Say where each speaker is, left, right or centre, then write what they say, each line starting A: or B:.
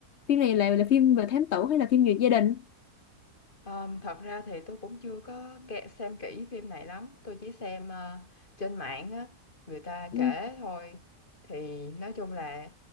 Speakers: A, on the left (about 55°); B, on the left (about 30°).
A: Phim này là là phim về thám tử hay là phim về gia đình?
B: ờm, thật ra thì tôi cũng chưa có kẹ- xem kỹ phim này lắm tôi chỉ xem ờ, trên mạng á người ta
A: Ừ.
B: kể thôi thì nói chung là